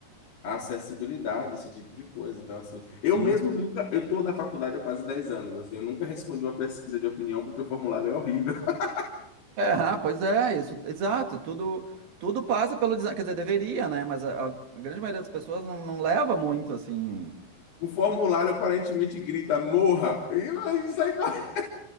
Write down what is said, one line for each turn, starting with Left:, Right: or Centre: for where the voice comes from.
Left: Acessibilidade, esse tipo de coisa. Então, assim, eu
Right: Sim.
Left: mesmo nunca. Eu estou na faculdade há quase 10 anos. Assim, eu nunca respondi uma pesquisa de opinião porque o formulário é horrível. <laughs>
Right: É, ah, pois é, isso, exato. Tudo, tudo passa pelo design. Quer dizer, deveria, né? Mas a, a grande maioria das pessoas não, não leva muito assim.
Left: O formulário aparentemente grita morra. E a gente sai correndo.